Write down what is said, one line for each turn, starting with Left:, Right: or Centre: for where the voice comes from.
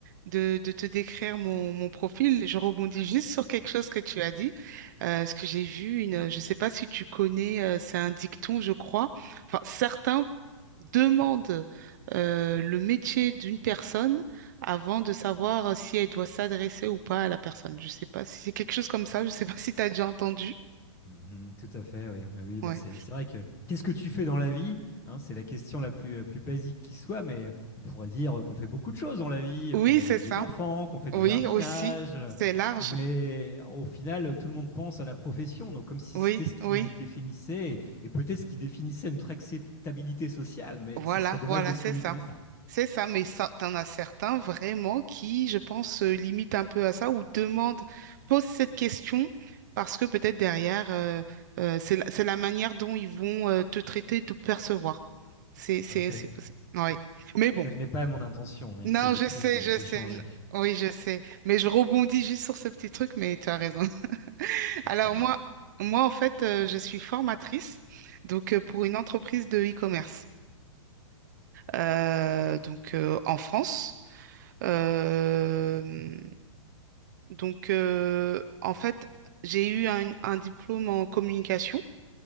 Right: de, de te décrire mon, mon profil, je rebondis juste sur quelque chose que tu as dit. Euh, ce que j'ai vu, une, je ne sais pas si tu connais, euh, c'est un dicton, je crois. Enfin, certains demandent euh, le métier d'une personne avant de savoir si elle doit s'adresser ou pas à la personne. Je ne sais pas si c'est quelque chose comme ça. Je ne sais pas si tu as déjà entendu.
Left: Mhm, tout à fait, oui. Oui, oui,
Right: Ouais.
Left: bah c'est c'est vrai que qu'est-ce que tu fais dans la vie? hein, c'est la question la plus, la plus basique qui soit, mais euh, on pourrait dire euh, qu'on fait beaucoup de choses dans la vie,
Right: Oui,
Left: euh, qu'on élève
Right: c'est ça.
Left: des enfants, qu'on fait du
Right: Oui,
Left: jardinage,
Right: aussi.
Left: euh,
Right: C'est large.
Left: mais au final, euh, tout le monde pense à la profession, donc comme si
Right: Oui,
Left: c'était ce qui
Right: oui.
Left: nous définissait, et, et peut-être ce qui définissait notre acceptabilité sociale, mais
Right: Voilà,
Left: ce serait dommage
Right: voilà,
Left: de se
Right: c'est
Left: limiter
Right: ça.
Left: à ça.
Right: C'est ça, mais ça, t'en as certains vraiment qui, je pense, se limitent un peu à ça ou demandent, posent cette question parce que peut-être derrière, euh, euh, c'est la, c'est la manière dont ils vont euh, te traiter, te percevoir. C'est, c'est,
Left: Oh, tel
Right: c'est possible. Oui. Mais bon.
Left: telle n'est pas mon intention, il
Right: Non,
Left: s'agit
Right: je
Left: plus
Right: sais,
Left: de-
Right: je
Left: d'échanger.
Right: sais. N- Oui, je sais. Mais je rebondis juste sur ce petit truc, mais tu as raison. <laughs>
Left: Absolument.
Right: Alors moi, moi, en fait, euh, je suis formatrice, donc euh, pour une entreprise de e-commerce euh, donc euh, en France. Euh, donc euh, en fait, j'ai eu un, un diplôme en communication.